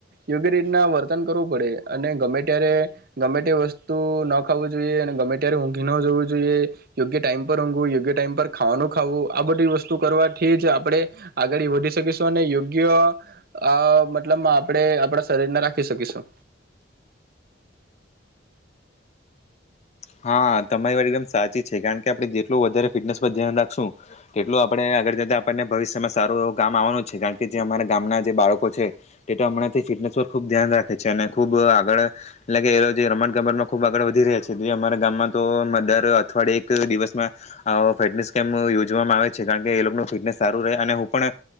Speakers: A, on the right; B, on the left.
A: યોગ્ય રીતના વર્તન કરવું પડે અને ગમે ત્યારે ગમે તે વસ્તુ ન ખાવું જોઈએ. અને ગમે ત્યારે ઊંઘી ન જવું જોઈએ. યોગ્ય ટાઈમ પર ઊંઘવું યોગ્ય ટાઈમ પર ખાવાનું ખાવું આ બધી વસ્તુ કરવાથી જ આપણે આગળ વધી શકીશું અને યોગ્ય અ મતલબમાં આપણે આપણા શરીરને રાખી શકીશું.
B: હા તમારી વાર એકદમ સાચી છે. કારણ કે આપણે જેટલું વધારે ફિટનેસ પર ધ્યાન રાખશું તેટલું આપણે આગળ જતાં આપણને ભવિષ્યમાં સારું એવું ગામ આવવાનું જ છે. કારણ કે જે અમારા ગામના જે બાળકો છે તે તો હમણાંથી ફિટનેસ પર ખૂબ ધ્યાન રાખે છે. અને ખૂબ આગળ એટલેાગ એ જે રમત ગમતમાં ખૂબ આગળ વધી રહ્યા છે. જે અમારા ગામમાં તો અમે દર અઠવાડિયે એક દિવસમાં આવો ફિટનેસ કેમ્પ યોજવામાં આવે છે. કારણ કે એ લોકોનું ફિટનેસ સારું રહે અને હું પણ